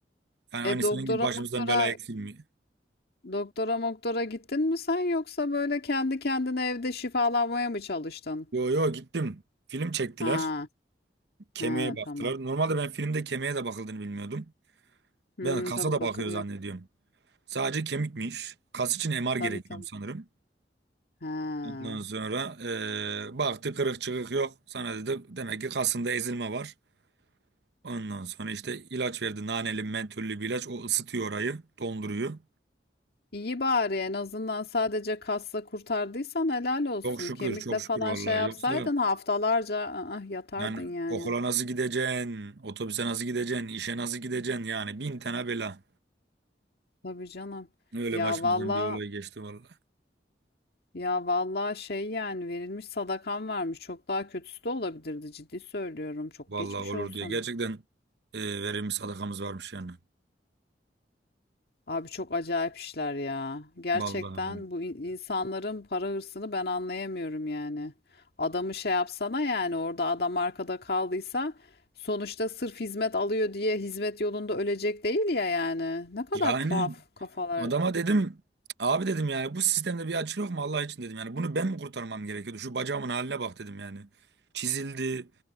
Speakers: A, on the right; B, on the left.
A: Yani hani
B: E doktora
A: senin gibi başımızdan
B: doktora
A: bela eksilmiyor.
B: doktora doktora gittin mi sen yoksa böyle kendi kendine evde şifalanmaya mı çalıştın?
A: Yo yo gittim. Film çektiler.
B: Ha
A: Kemiğe
B: ha
A: baktılar.
B: tamam.
A: Normalde ben filmde kemiğe de bakıldığını bilmiyordum.
B: Hmm,
A: Ben kasa
B: tabii
A: da
B: bakılıyor.
A: bakıyor zannediyorum. Sadece kemikmiş. Kas için MR
B: Tabii
A: gerekiyor
B: tabii.
A: sanırım.
B: Ha.
A: Ondan sonra e, baktı kırık çıkık yok. Sana dedi demek ki kasında ezilme var. Ondan sonra işte ilaç verdi. Naneli mentüllü bir ilaç. O ısıtıyor orayı. Donduruyor.
B: İyi bari en azından sadece kasla kurtardıysan helal olsun.
A: Çok şükür
B: Kemikle
A: çok şükür
B: falan
A: vallahi.
B: şey yapsaydın
A: Yoksa
B: haftalarca ı-ı, yatardın
A: yani
B: yani.
A: okula nasıl gideceksin? Otobüse nasıl gideceksin? işe nasıl gideceksin? Yani bin tane bela.
B: Tabii canım.
A: Öyle
B: Ya
A: başımızdan
B: valla
A: bir olay geçti vallahi.
B: ya valla şey yani verilmiş sadakan varmış. Çok daha kötüsü de olabilirdi ciddi söylüyorum. Çok
A: Vallahi
B: geçmiş
A: olur
B: olsun.
A: diye. Gerçekten e, verilmiş sadakamız varmış yani.
B: Abi çok acayip işler ya. Gerçekten
A: Vallahi öyle.
B: bu in- insanların para hırsını ben anlayamıyorum yani. Adamı şey yapsana yani orada adam arkada kaldıysa sonuçta sırf hizmet alıyor diye hizmet yolunda ölecek değil ya yani. Ne kadar
A: Yani
B: tuhaf kafalar.
A: Adama dedim abi dedim yani bu sistemde bir açık yok mu Allah için dedim. Yani bunu ben mi kurtarmam gerekiyordu? Şu bacağımın haline bak dedim yani. Çizildi.